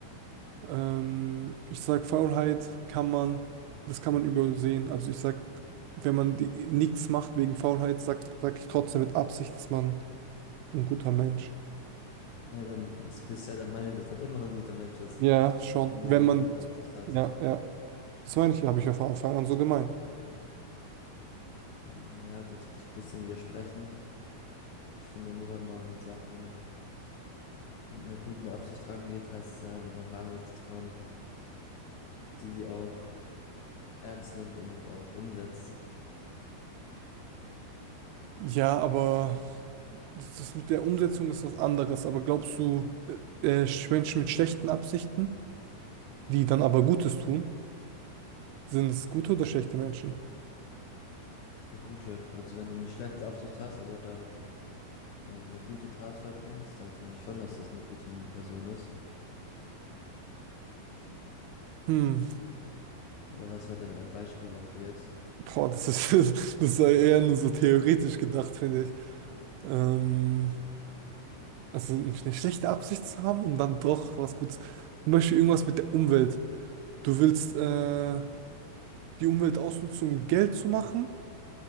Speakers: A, on the right; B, on the left.
A: Ähm, ich sag, Faulheit kann man, das kann man übersehen. Also ich sag, wenn man die, nichts macht wegen Faulheit, sag, sag ich trotzdem mit Absicht, ist man ein guter Mensch.
B: Ja, dann ist bisher der Meinung, dass man immer ein guter Mensch ist.
A: Ja, schon.
B: wenn man
A: Wenn
B: eine
A: man,
B: gute Absicht hat.
A: ja, ja. Das meine ich, habe ich ja von Anfang an so gemeint.
B: Mm, Ja, da tue ich dir ein bisschen widersprechen. Ich finde, nur wenn man Sachen mit einer guten Absicht rangeht, heißt es ja noch lange nicht, dass man die auch ernst nimmt und auch umsetzt.
A: Ja, aber das, das mit der Umsetzung ist was anderes. Aber glaubst du, äh, äh, Menschen mit schlechten Absichten, die dann aber Gutes tun, sind es gute oder schlechte Menschen?
B: Eine gute. Also wenn du eine schlechte Absicht hast, aber dann ähm, eine gute Tat vollbringst, dann finde ich schon, dass das eine gute M- Person ist.
A: Hm.
B: Oder was wäre denn ein Beispiel dafür jetzt?
A: Boah, das ist, <laughs> das ist eher nur so theoretisch gedacht, finde ich. Ähm, also eine schlechte Absicht zu haben und dann doch was Gutes. Zum Beispiel irgendwas mit der Umwelt. Du willst äh, die Umwelt ausnutzen, um Geld zu machen.